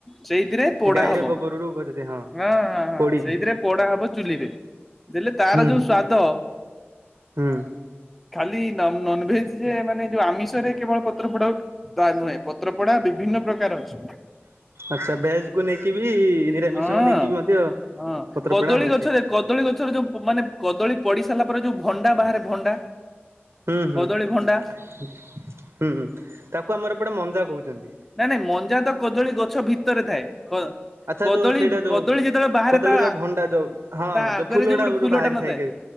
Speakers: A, in the centre; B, on the right.
A: ସେଇଥିରେ ପୋଡାହବ
B: ଗାଈର ଗୋବରରୁ ଘଷିନ୍ତି
A: ହଁ ହଁ ହଁ
B: ପୋଡିକି
A: ସେଇଥିରେ ପୋଡାହବ ଚୁ ଚୁଲିରେ ହେଲେ ତାର
B: ହୁଁ
A: ଯୋଉ ସ୍ଵାଦ।
B: ହୁଁ
A: ଖାଲି ନନ ନନଭେଜ ଯେ ମାନେ ଯୋଉ ଆମିଷରେ କେବଳ ପତ୍ର ପୋଡା ନା ତା ନୁହେଁ ପତ୍ର ପୋଡା ବିଭିନ୍ନ ପ୍ରକାର ଅଛି।
B: ଆଚ୍ଛା ଭେଜକୁୁ ନେଇକିିବି ନିରାମିଷକୁ
A: ହଁ।
B: ନେଇକି ମଧ୍ୟ
A: ହଁ
B: ପତ୍ରପୋଡା
A: କଦଳୀ
B: ହଉଛି
A: ଗଛରେ କଦଳୀ ଗଛରେ ଯୋଉ ମାନେ କଦଳୀ ପଡି ସାରିଲା ପରେ ଯୋଉ ଭଣ୍ଡା ବାହାରେ ଭଣ୍ଡା
B: ହୁଁ ହୁଁ
A: କଦଳୀ ଭଣ୍ଡା
B: ହୁଁ ତାକୁ ଆମର ଏପଟେ ମଞ୍ଜା କହୁଛନ୍ତି।
A: ନାଇଁ ନାଇଁ ମଞ୍ଜା ତ କଦଳୀ ଗଛ ଭିତରେ ଥାଏ।
B: ଆଚ୍ଛା
A: କଦଳୀ
B: ଯୋଉ ସେଇଟା ଯୋଉ
A: କଦଳୀ ଯେତେବେଳେ ବାହାରେ
B: କଦଳୀର
A: ତା
B: ଭଣ୍ଡା ଯୋଉ ହଁ
A: ତା ଆଗରେ ଯୋଉ ଗୋଟେ ଫୁଲଟା
B: ବାହାରି
A: ନ ଥାଏ
B: କି